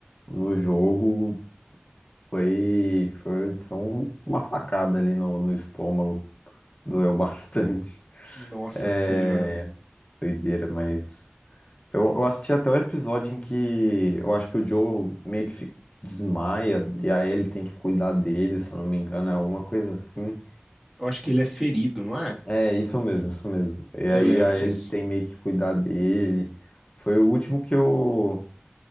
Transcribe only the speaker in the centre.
Nossa
senhora.
Eu acho que ele é ferido, não é?
Eu
lembro
disso.